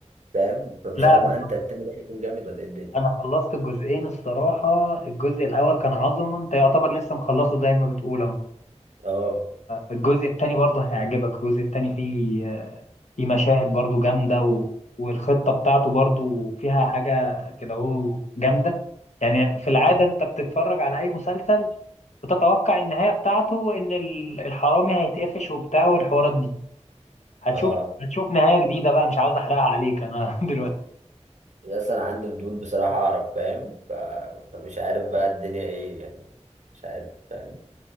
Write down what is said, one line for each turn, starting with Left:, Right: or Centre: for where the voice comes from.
Right: فاهم فمش
Left: لا
Right: عارف ما انت التاني ده هيكون جامد ولا ايه الدنيا
Left: انا خلصت الجزئين الصراحه الجزء الاول كان عظمه انت يعتبر لسه مخلصه زي ما بتقول اهو
Right: اه
Left: الجزء التاني برضه هيعجبك الجزء التاني فيه فيه مشاهد برضه جامده و... والخطه بتاعته برضه فيها حاجه كده اهو جامده يعني في
Right: أمم.
Left: العاده انت بتتفرج على اي مسلسل بتتوقع النهايه بتاعته ان ال- الحرامي هيتقفش وبتاع والحوارات دي هتشوف
Right: اه
Left: هتشوف نهايه جديده بقى مش عاوز احرقها عليك انا <laughs> دلوقتي
Right: بس انا عندي فضول بصراحة اعرف فاهم ف- فمش عارف بقى الدنيا ايه يعني مش عارف فاهم